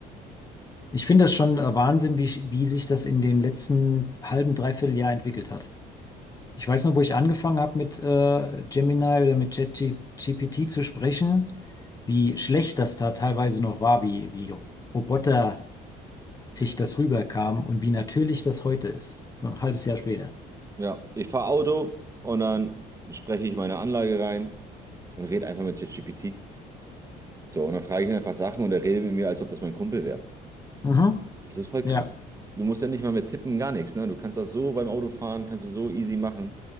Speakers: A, on the left; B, on the right.
A: Ich finde das schon äh, Wahnsinn, wie, wie sich das in dem letzten halben, dreiviertel Jahr entwickelt hat. Ich weiß noch, wo ich angefangen habe mit äh, Gemini oder mit ChatGPT zu sprechen, wie schlecht das da teilweise noch war, wie, wie robotermäßig das rüberkam und wie natürlich das heute ist. So Ein halbes Jahr später.
B: Ja, ich fahre Auto und dann spreche ich meine Anlage rein und rede einfach mit ChatGPT. So, und dann frage ich ihn einfach Sachen und er redet mit mir, als ob das mein Kumpel wäre.
A: Mhm.
B: Das ist voll krass.
A: Ja,
B: Du musst ja nicht mal mit tippen, gar nichts, ne? Du kannst das so beim Autofahren, kannst du so easy machen.